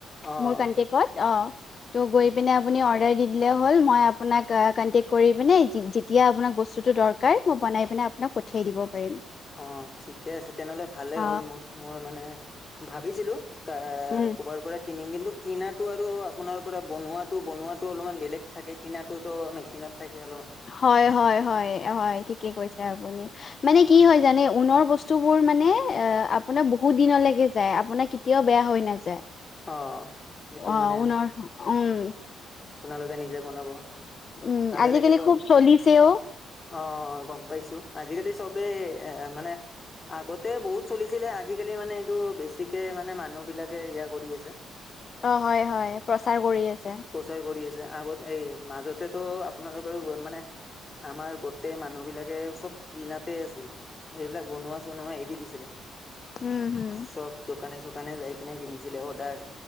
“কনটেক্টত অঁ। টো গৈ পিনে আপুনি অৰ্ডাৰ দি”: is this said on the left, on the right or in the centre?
Left